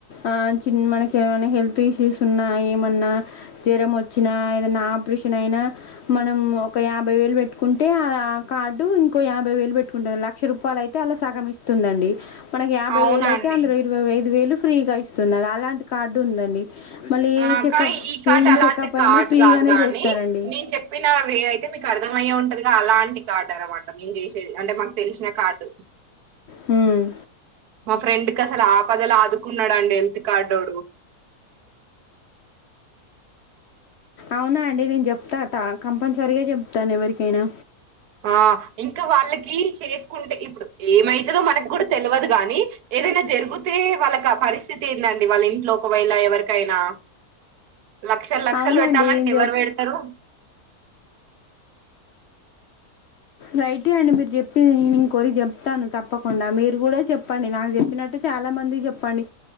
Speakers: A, on the left (about 65°); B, on the right (about 85°).
A: ఆ చిన్న మనకి ఏమైనా హెల్త్ ఇష్యూస్ ఉన్నా ఏమన్నా జ్వరం వచ్చిన ఏదనా ఆపరేషన్ అయినా మనం ఒక యాభై వేలు పెట్టుకుం టే ఆ ఆ కార్డు ఇంకో యాభై వేలు పెట్టుకుంటుంది లక్ష రూపాయల అయితే అలా సగం ఇస్తుందండి మనకి యాభై
B: అవునా
A: వేలు అయితే
B: అండి.
A: అందరు ఇరవై ఐదు వేలు ఫ్రీగా ఇస్తున్నారు అలాంటి కార్డు ఉందండి మళ్ళీ ఏ
B: ఆ
A: చెకప్
B: కా ఈ కార్డు
A: ఏం
B: అలాంటి
A: చెకప్
B: కార్ట్
A: అయినా ఫ్రీగానే
B: కాదు గానీ
A: చేస్తారండి
B: నేను చెప్పినవి అయితే మీకు అర్ధం అయ్యే ఉంటదిగా అలాంటి కార్డు అనమాట నేను చేసేది అంటే మాకు తెలిసిన కార్డ్
A: హ్మ్
B: మా ఫ్రెండ్ కి అసలు ఆపదలు ఆదుకున్నాడుండి హెల్త్ కార్డోడు
A: అవునా అండి నేను చెప్తా త కంపల్సరీగా చెప్తాను ఎవరికైనా
B: ఆ ఇంకా వాళ్ళకి చేసుకుంటే ఇప్పుడు ఏమైతుందో మనకి కూడా తెలివదు గాని ఏదైనా జరిగితే వాళ్ళకి ఆ పరిస్థితి ఏందండి వాళ్ళ ఇంట్లో ఒకవేళ ఎవరికైనా లక్షలు లక్షలు
A: అవునండి
B: పెట్టాలంటే
A: నేను
B: ఎవరు
A: చెప్
B: పెడతారు
A: రైట్ అండి మీరు చెప్పి నే ఇంకోరి చెప్తాను తప్పకుండా మీరు కూడా చెప్పండి నాకు చెప్పినట్టు చాలా మంది చెప్పండి